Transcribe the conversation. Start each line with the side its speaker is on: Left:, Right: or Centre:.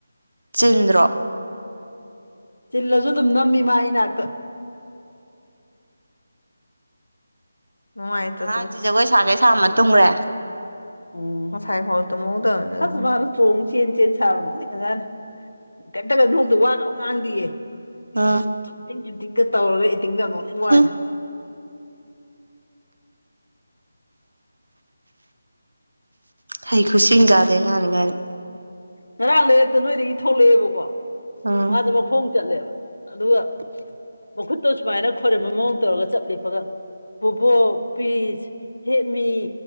Right: ꯆꯤꯟꯗ꯭ꯔꯣ
Left: ꯆꯤꯜꯂꯁꯨ ꯑꯗꯨꯝ ꯅꯝꯃꯤ ꯃꯥ ꯑꯩ ꯅꯥꯛꯇ ꯅꯨꯡꯉꯥꯏꯇ꯭ꯔꯣ
Right: ꯑꯉꯥꯡꯁꯤ ꯖꯒꯣꯏ ꯁꯥꯒꯦ ꯁꯥꯕ ꯃꯇꯨꯡ ꯇꯨꯝꯈ꯭ꯔꯦ
Left: ꯎꯝ ꯉꯁꯥꯏ ꯐꯥꯎ ꯇꯝꯍꯧꯗꯕꯅꯤ ꯑꯁ ꯃꯥꯅ ꯆꯣꯡ ꯆꯦꯟ ꯆꯦꯟ ꯁꯥꯕꯣꯖꯥꯠ ꯅꯣꯛꯅꯤꯡ ꯈꯔꯖꯥꯠꯅꯤ ꯀꯩꯝꯇꯒ ꯅꯧꯗ ꯋꯥꯒ ꯉꯥꯡꯗꯤꯑꯌꯦ ꯑꯗꯨꯝ
Right: ꯎꯝ
Left: ꯊꯨꯝꯇꯤꯡ ꯁꯨꯝꯊꯤꯡꯒ ꯇꯧꯔꯒ ꯏꯇꯤꯡꯗꯣ ꯅꯣꯛꯅꯤꯡꯕꯉꯥꯏꯅꯤ
Right: ꯍꯨꯝ ꯍꯩ ꯈꯨꯠꯁꯤꯡꯒꯗꯦ ꯑꯉꯥꯏꯅꯤ ꯒꯥꯏꯅ
Left: ꯉꯔꯥꯡ ꯂꯩꯔꯛꯇ ꯅꯣꯏꯗꯒꯤ ꯊꯣꯛꯂꯛꯑꯦꯕꯀꯣ
Right: ꯎꯝ
Left: ꯃꯥꯁꯦ ꯃꯈꯣꯡ ꯆꯠꯂꯦꯕ ꯑꯗꯨꯒ ꯃꯈꯨꯠꯇꯣ ꯁꯨꯃꯥꯏꯅ ꯈꯣꯏꯔꯝꯕ ꯃꯑꯣꯡ ꯇꯧꯔꯒ ꯆꯞ ꯂꯦꯞꯄꯒ ꯄꯨꯕꯣꯛ ꯄꯤꯁ ꯍꯦꯃꯤ